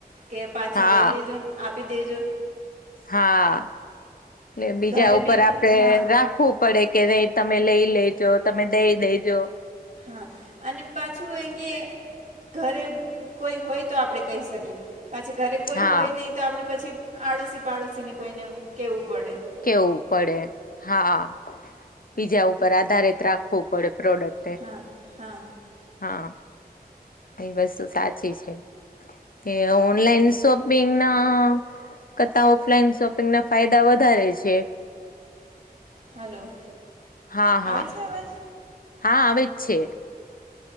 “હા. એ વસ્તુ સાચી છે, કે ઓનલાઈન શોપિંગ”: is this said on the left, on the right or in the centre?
Left